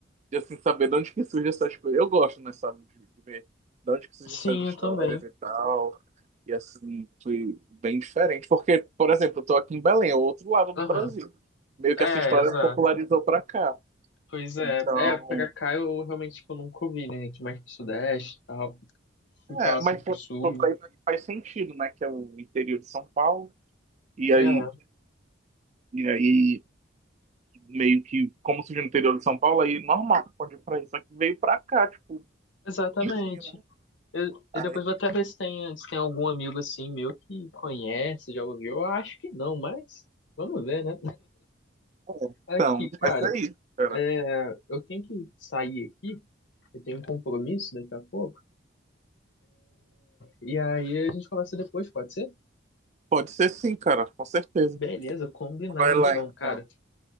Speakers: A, on the right; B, on the left.
A: de, assim, saber de onde que surgem essas coisas. Eu gosto, né, sabe, de, de ver de onde que surgem
B: Sim,
A: essas histórias
B: eu também.
A: e tal. E assim, foi bem diferente. Porque, por exemplo, eu tô aqui em Belém, é o outro lado do
B: Aham.
A: Brasil. Meio
B: É,
A: que essa história
B: exato.
A: popularizou pra cá.
B: Pois é,
A: Então.
B: é, pra cá eu realmente, tipo, nunca ouvi, né? Aqui mais pro sudeste e tal, fui pra
A: É,
B: lá, assim,
A: mas
B: pro
A: se
B: sul.
A: for pra ir pra- faz sentido, né? Que é o interior de São Paulo. E aí,
B: É,
A: e aí meio que, como surgiu no interior de São Paulo, aí normal, pode ir pra isso. Só que veio pra cá, tipo,
B: exatamente.
A: isso, né?
B: Eu, eu
A: Aí,
B: depois vou até ver se tem, se tem algum amigo assim meu que conhece, já ouviu. Eu acho que não, mas vamos ver, né?
A: é.
B: Aqui,
A: Então,
B: cara,
A: mas é isso, cara.
B: é, eu tenho que sair aqui, eu tenho um compromisso daqui a pouco, e aí a gente conversa depois, pode ser?
A: Pode ser sim, cara, com certeza.
B: Beleza, combinado
A: Vai lá,
B: então,
A: então.
B: cara.